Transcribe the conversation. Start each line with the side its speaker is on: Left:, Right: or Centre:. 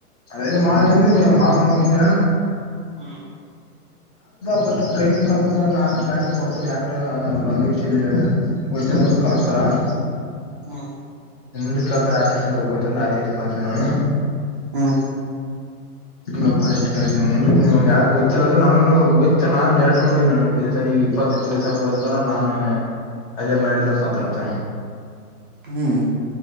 Left: ಅದ ಮಾಾನು ಕಂದ ಮಾಪಮ್ಮಮ ಕಂದ
Right: ಹ್ಮ್
Left: ಫಸ್ಟ್ ಟ್ರೈನಿಂಗ್ ಕಲ್ದಪ್ಪ ನಾವ ಸ್ಟಾರ್ಟಿಂಗ್ ಕೊಡ್ತಾರ ಯಕ ಬಂದ ಗೊ್ಂದ ಕಲಿಸಸ್ತಾರ ಹ
Right: ಹ್ಮ್
Left: ಮು ಕೇಳ್ತ ತಗೋಯತಂದ ಆಯ್ತಾಯತ್ ಬಂತ ನಾನು
Right: ಹ್ಮ್
Left: ಗೊಪ್ಪ ಎಷ್ಟುಾಯ ಮು ಯ ಗೊತ್ತ ಇ ಅಂದ್ರೆ ನನಯ್ತ ನಾನ್ ಡೈರೆಕ್ಟ್ ಮಾಡ ನನ್ತಗ ಇಪ್ಪತ್ ಇಪ್ಪತ್ತೈದು ಸಾವಿರ ಕೊಡತಂತ ನಾನು ಅದೇ ಮಾಡಿದ್ರ ಸಾತಾನತ್ತ
Right: ಹ್ಮ್